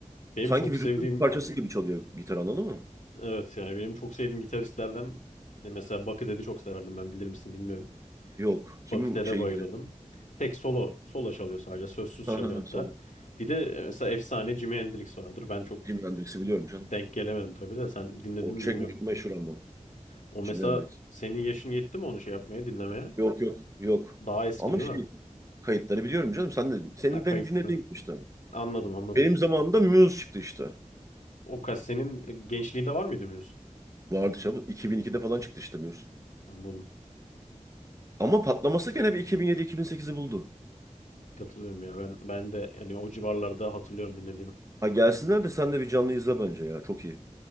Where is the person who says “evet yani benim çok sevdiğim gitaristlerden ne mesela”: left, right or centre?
Left